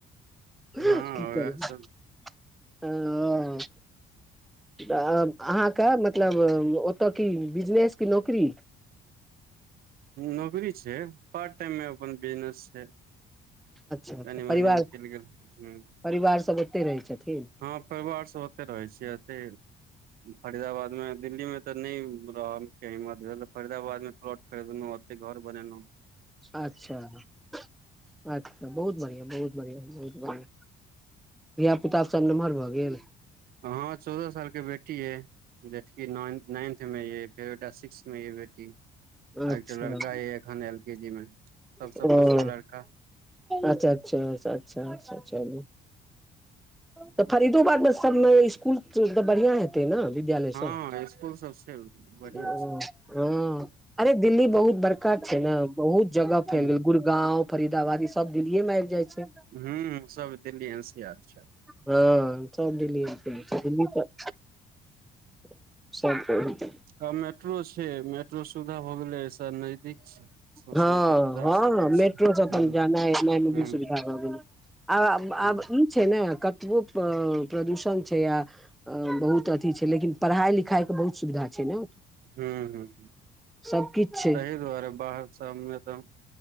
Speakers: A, in the centre; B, on the right.
A: ह‌
B: हँ
A: कि
B: वएह
A: करी <unintelligible>
B: सब
A: तऽ अहाँके मतलब ओतऽ की बिजनेस कि नौकरी
B: नौकरी छैय पार्ट टाइम मे अपन बिजनेस छैय।
A: अच्छा अच्छा
B: कनि
A: परिवार
B: मनि निकलि गेल हूँ।
A: परिवार सब ओतै रहै छथिन्ह।
B: हँ परिवार सब ओतै रहै छियै एते फरीदाबाद में दिल्ली में तऽ नै रहल। के हिम्मत भेल तऽ फरीदाबाद मे प्लॉट खरीदलौं ओतै घर बनेलौं
A: अच्छा <unintelligible> अच्छा बहुत बढ़िआं, बहुत बढ़िआं, बहुत बढ़िआं धिया-पुता सब नमहर भऽ गेल।
B: हं चौदह साल के बेटी अय जसी नाइ नाइन्थ में यै फेरो एकटा सिक्स में यै बेटी।
A: अच्छा
B: आ एकटा लड़का यै एखन एल के जी में सबस
A: ओ
B: पछता लड़का
A: अच्छा अच्छा अच्छाच्छाच्छा <unintelligible> तऽ फरीदोबाद में सब ने स्कुल तऽ बढ़िया हेत। तै न विद्यालय
B: हँ
A: सब
B: स्कुल सब छै
A: <unintelligible>
B: बढ़िया
A: हँ-हँ
B: छै
A: अरे दिल्ली बहुत बड़का छै न बहुत जगह
B: हूँ
A: फैल गेल गुड़ गांव फरीदाबाद ई सब दिल्लीये में आइब जाय छै।
B: हं सब दिल्ली एन सी आर छै।
A: हँ सब दिल्ली चलै छै दिल्ली तऽ <unintelligible> सब कहैत
B: हँ मैट्रो छै मैट्रो सुविधा भऽ गेलै ऐसऽ नजदीक छै सौंसे
A: हँ
B: कतहु जा
A: हँ
B: सकै
A: मैट्रो
B: छी
A: छै
B: हूँ
A: तऽ जानाय-एनाय में
B: हूँ
A: भी सुविधा भऽ गेलै। आब
B: हूँ
A: आब ई छै ने कतबो प्र प्रदूषण छै आ अ बहुत अथी छै लेकिन पढ़ाई-लिखाई के बहुत सुविधा छै ने।
B: हं-हं
A: सबकिछ छै
B: तहि दुआरे बाहर सब में तऽ